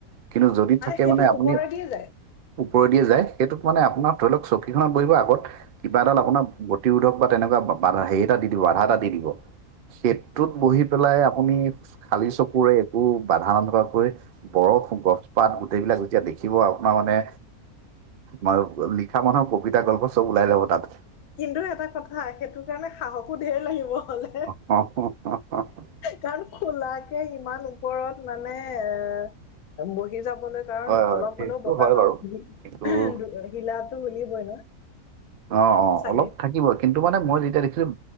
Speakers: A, on the right; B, on the left.
A: কিন্তু যদি থাকে
B: সেইটো
A: মানে আপুনি
B: ওপৰেদিয়ে যায়
A: ওপৰেদিয়ে যায়, সেইটোত মানে আপোনাৰ ধৰি লওক চকীখনত বহিব আগত কিবা এডাল আপোনাৰ গতিৰোধক বা তেনেকুৱা হেৰি এটা দি দিব আধা এটা দি দিব। খেইটোত বহি পেলাই আপুনি খালী চকুৰে একো বাধা নথকাকৈ বৰফ, গছ পাত গোটেইবিলাক যেতিয়া দেখিব আপোনাৰ মানে ম লিখা মানুহৰ কবিতা গল্প চব ওলাই যাব তাত।
B: কিন্তু এটা কথা, সেইটো কাৰণে সাহসো ধেৰ লাগিব হ'লে।
A: <unintelligible>
B: কাৰণ খোলাকে ইমান ওপৰত মানে এ, বহি যাবলৈ কাৰণ
A: হয় হয়
B: অলপ
A: সেইটো
B: হ'লেও বতাহত
A: হয় বাৰু কিন্তু
B: হিলাটো হিলিবই ন'।
A: অ', অ'
B: চাগে
A: অলপ থাকিব কিন্তু মানে মই যেতিয়া দেখিছোঁ